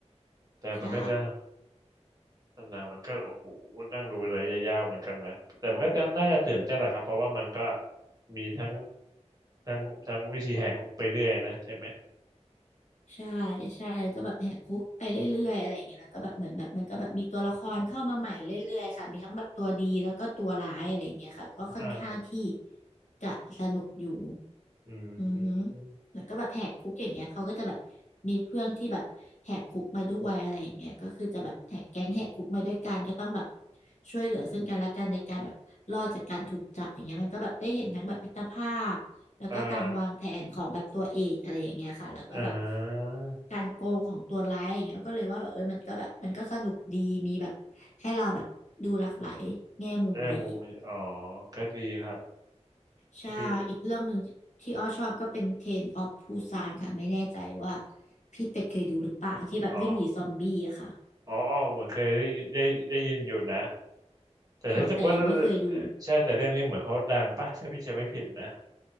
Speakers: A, on the right (about 30°); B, on the left (about 80°).
A: แต่มันก็นะ
B: ใช่
A: หนังมันก็โอ้โหนั่งดูระยะยาวเหมือนกันนะแต่มันก็จะน่าจะตื่นเต้นแหละครับเพราะว่ามันก็มีทั้งทั้งทั้งวิธีแหกคุกไปเรื่อยนะใช่ไหม
B: ใช่ใช่ก็แบบแหกคุกไปเรื่อยๆอะไรอย่างเงี้ยแล้วก็แบบเหมือนแบบมันก็แบบมีตัวละครเข้ามาใหม่เรื่อยๆค่ะ มีทั้งแบบตัวดีแล้วก็ตัวร้ายอะไรอย่างเงี้ยค่ะ ก็ค่อนข้างที่
A: อ่าครับ
B: จะสนุกอยู่
A: อื
B: อือฮึ
A: ม
B: แล้วก็แบบแหกคุกอย่างเงี้ยเขาก็จะแบบมีเพื่อนที่แบบแหกคุกมาด้วยอะไรอย่างเงี้ยก็คือจะแบบแหกแก๊งแหกคุกมาด้วยกันก็ต้องแบบช่วยเหลือซึ่งกันและกันในการแบบรอดจากการถูกจับอย่างเงี้ยมันก็แบบได้เห็นทั้งแบบมิตรภาพแล้วก็การวางแผนของแบบตัวเอกอะไรอย่างเงี้ยค่ะแล้วก็แบบ
A: อ่า อ่า
B: การโกงของตัวร้ายอย่างเงี้ยก็เลยว่าแบบเออมันก็แบบมันก็สนุกดีมีแบบให้เราแบบดูหลากหลายแง่มุมดี
A: ได้มุมมันอ๋อก็ดีครับ
B: ใช่อีกเรื่องหนึ่งที่อ้อชอบก็เป็นเทรนออฟปูซานค่ะไม่แน่ใจว่า
A: พี่
B: พี่เป็ดเคยดูหรือเปล่าที่แบบวิ่งหนีซอมบี้อะค่ะ
A: อ๋ออ๋ออ๋อเหมือนเคยได้ได้ได้ยินอยู่นะแต่รู้สึกว่า
B: อ๋อแต่ยังไม่เคยดู
A: ใช่แต่เรื่องนี้เหมือนเขาดังป่ะถ้าพี่จะไม่ผิดนะ